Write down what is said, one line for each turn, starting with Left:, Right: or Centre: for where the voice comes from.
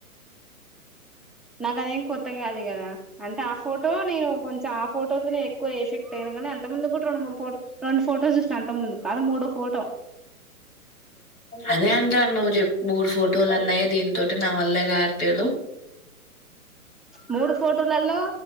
Centre: నాకు అదేం కొత్త కాది గదా అంటే ఆ ఫోటో నేను కొంచెం ఆ ఫోటోతో నేను ఎక్కువ ఎఫెక్ట్ అయినా కాని అంత ముందు కూడా రెండు మూడు ఫోటో రెండు ఫోటో చూసిన అంత ముందు కాదు మూడో ఫోటో
Left: అదే అంటా నువ్వు చెప్ప మూర్డు ఫోటోలు అన్నాయ దీని తోటి నా వల్ల కాట్లేదు
Centre: మూడు ఫోటోలలో